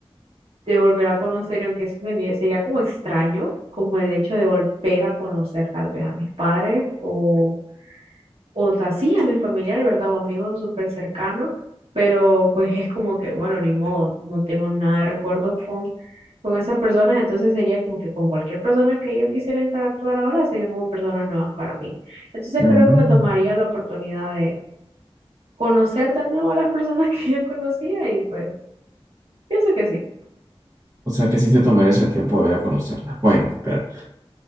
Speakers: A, on the right (about 75°); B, on the right (about 35°).
A: de volver a conocer, y aunque sí sería, sería como extraño, como el hecho de volver a conocer tal vez a mis padres o, o ta- sí, a mi familiar, ¿verdad? O amigos súper cercanos, pero pues es como que, bueno, ni modo, no tengo nada de recuerdos con, con esas personas, entonces sería como que con cualquier persona que yo quisiera interactuar ahora serían como personas nuevas para mí. Entonces
B: Mm.
A: creo que me tomaría la oportunidad de conocer de nuevo a las personas <laughs> que yo conocía y pues pienso que sí.
B: O sea, que sí te tomarías el tiempo de ver a conocerla. Bueno, claro.